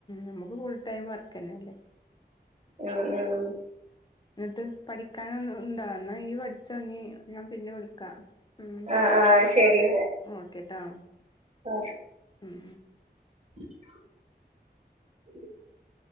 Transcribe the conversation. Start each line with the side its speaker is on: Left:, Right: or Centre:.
Left: നമുക്ക് ഫുൾ ടൈം വർക്കന്നെല്ലേ
Right: ഉം ഉം
Left: എന്നിട്ട് പഠിക്കാനൊന്ന് ഇണ്ടൊഎന്ന ഇയ് പഠിച്ചോ ഇഞ് ഞാ പിന്നെ വിളിക്കാം ഉം
Right: ആ ആ ശരി
Left: ഓ കേട്ടാ
Right: ഓ
Left: ഉം
Right: <inaudible>